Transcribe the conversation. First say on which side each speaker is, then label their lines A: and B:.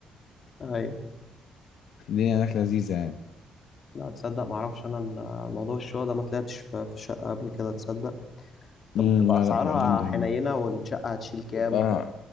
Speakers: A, on the left; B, on the left.
A: ايوه
B: الدنيا هناك لذيذه يعني
A: لا تصدق ما اعرفش انا ال- موضوع الشقه ده ما طلعتش في في الشقه قبل كده تصدق طب
B: امم
A: بتبقى
B: لا
A: اسعارها
B: لا تبقى جامده
A: حنينه
B: هناك.
A: والشقه هتشيل كام
B: تبقى
A: و...